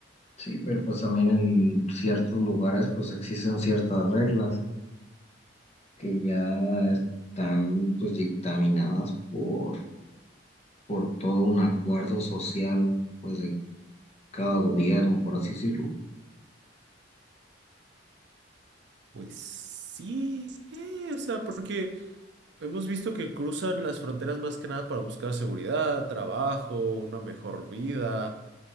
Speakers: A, on the left (about 35°); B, on the right (about 65°).
A: Sí, pero pues también en ciertos lugares pues existen ciertas reglas que ya están pues dictaminadas por, por todo un acuerdo social pues de cada gobierno, por así decirlo.
B: Pues sí, eh, o sea, porque hemos visto que cruzan las fronteras más que nada para buscar seguridad, trabajo, una mejor vida,